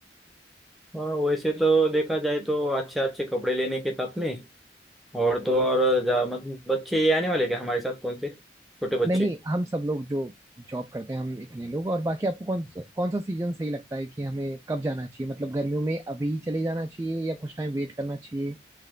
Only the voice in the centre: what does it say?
हाँ वैसे तो देखा जाए तो अच्छे अच्छे कपड़े लेने के साथ में और तो और जा, मत, बच्चे ये आने वाले क्या हमारे साथ कौन से छोटे बच्चे